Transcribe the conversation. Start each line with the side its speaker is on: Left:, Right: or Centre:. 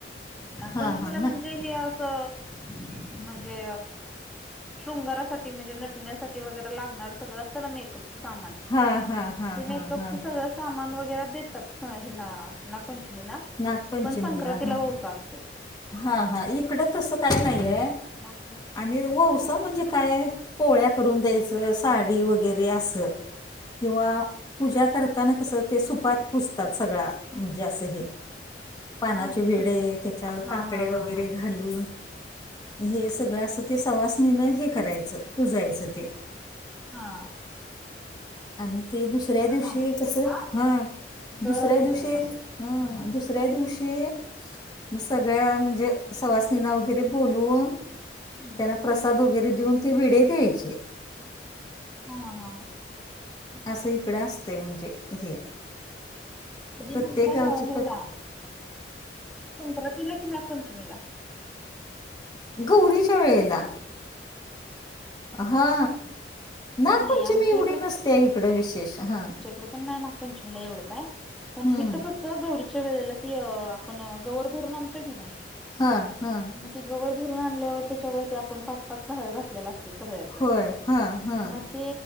Centre: नागपंचमीला
Left: हा हा ना
Centre: म्हणजे हे असं म्हणजे शृंगारासाठी म्हणजे नटण्यासाठी ते वगैरे लागणार सगळ असत ना मेकअपच सामान
Left: हा हा हा
Centre: ते
Left: हा
Centre: मेकअपच
Left: हा.
Centre: सगळं अस सामान वगैरे देतात हेला नागपंचमीला
Left: नागपंचमीला
Centre: पण संक्रांतीला
Left: हा
Centre: ओवसा असतोय.
Left: हा हा इकडे तसं काय नाहीये
Centre: नागपंचमी
Left: आणि वौसा म्हणजे काय आहे? पोळ्या करून द्यायचं साडी वगैरे असं किंवा पूजा करताना कसं ते सुपात पुजतात सगळा म्हणजे असं हे पानाचे
Centre: हा
Left: वीडे
Centre: तू
Left: त्याच्यावर
Centre: हा
Left: काकड्या
Centre: हा
Left: वगैरे
Centre: हा हा
Left: घालून हे सगळं असं ते सवासणीनं हे करायचं पुजायचं ते
Centre: हा.
Left: आणि ते दुसऱ्या
Centre: इकडं
Left: दिवशी
Centre: नाही तसं
Left: कस
Centre: जरा
Left: हा
Centre: जरा
Left: दुसऱ्या
Centre: वेगळी
Left: दिवशी
Centre: आहे पद्धत
Left: हा
Centre: हम्म
Left: दुस दुसऱ्या दिवशी सगळ्या म्हणजे सवासनींना वगैरे बोलवून
Centre: हम्म
Left: त्यांना प्रसाद वगैरे देऊन ते विडे दयायचे.
Centre: हा. हा.
Left: असं इकड असतंय म्हणजे हे
Centre: कधी
Left: प्रत्येक
Centre: म्हणताय
Left: गावचे
Centre: ह्याला
Left: प
Centre: संक्रांतीला कि नागपंचमीला
Left: गौरीच्या वेळेला हा नागपंचमी
Centre: नाही आमच्या
Left: एवढी नसते हा इकडे विशेष हा.
Centre: इकड पण नाही नागपंचमीला एवढं काय.
Left: हम्म
Centre: पण हित कसं गौरीच्या वेळेला ती आपण गौवर भरून आणतोय की नाही
Left: हां, हां.
Centre: ती गवरं भरून आणल्यावर त्याच्यावरती आपण पाच पाच डहाळ घातलेला असते सगळ्याचं.
Left: होय. हां. हां,
Centre: मग ते